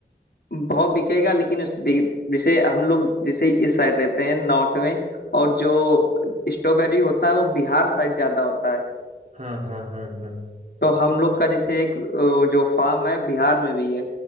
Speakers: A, on the left; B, on the right.
A: भाव बिकेगा लेकिन उस दे- जैसे हम लोग जैसे इस साइड रहते हैं नॉर्थ में और जो स्ट्रॉबेरी होता है वो बिहार साइड ज्यादा होता है
B: हाँ हाँ हाँ हाँ
A: तो हम लोग का जैसे एक अ, जो फार्म है बिहार में भी है